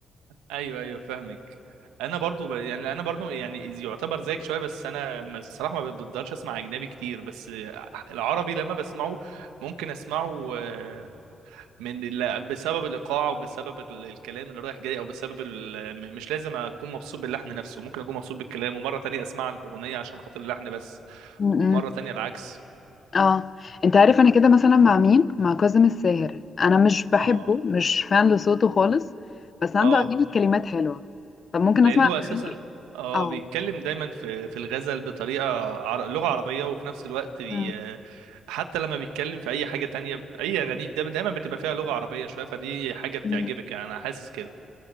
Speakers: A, on the right (about 90°); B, on the left (about 50°).
A: ايوه ايوه فاهمك انا برضو ب... يعني انا برضو يعني يعتبر زيك شويه بس انا ما- الصراحه ما بقدرش اسمع اجنبي كتير بس آه، العربي لما بسمعه ممكن اسمعه آه، من لا بسبب الايقاع وبسبب ال- الكلام اللي رايح جاي او بسبب ال... م- مش لازم اكون مبسوط باللحن نفسه ممكن اكون مبسوط بالكلام ومره تانية اسمع الاغنيه عشان خاطر اللحن بس
B: م-
A: ومره
B: م.
A: تانية العكس
B: اه انت عارف انا كده مثلا مع مين مع كاظم الساهر انا مش بحبه
A: اه
B: مش فان لصوته خالص بس عنده
A: اه
B: اغاني كلمات حلوه طب ممكن
A: لانه
B: اسمع
A: اساسا اه
B: اه
A: بيتكلم دايما في في الغزل بطريقه عر... لغه عربيه وفي نفس الوقت بي...
B: مم.
A: حتى لما بيتكلم في اي حاجه تانية في اي اغانيه ده دايما بتبقى فيها لغه عربيه شويه فدي حاجه بتعجبك
B: مم.
A: يعني انا حاسس كده